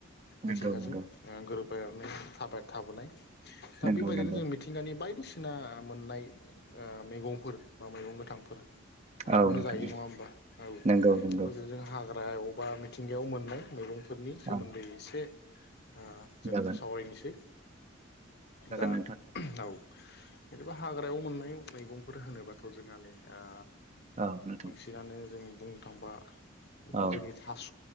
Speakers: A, on the right; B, on the left.
A: नंगौ
B: मिथिंगाजों
A: नंगौ
B: ओ गोरोबलायनानै थाबाय थाबोनाय दा
A: नंगौ
B: बेबायदिनो
A: नंगौ
B: जोंनि मिथिंगानि बायदिसिना मोननाय मैगंफोर बा मैगं गोथांफोर बेखौनो
A: औ नोंथां
B: जायो नङा होमबा औ।
A: नंगौ नंगौ
B: जों हाग्रा बबावबा मिथिंगायाव मोननाय मैगंफोरनि सोमोन्दै
A: औ
B: एसे दा जों
A: जागोन
B: सावरायनोसै
A: जागोन
B: दा
A: नोंथां
B: औ जेनेबा हाग्रायाव मोननाय मैगंफोर होनोबाथ' जोंहा नै ओ
A: औ नोंथां
B: दानो जों बुंनो थांबा
A: औ
B: जोंनि थास'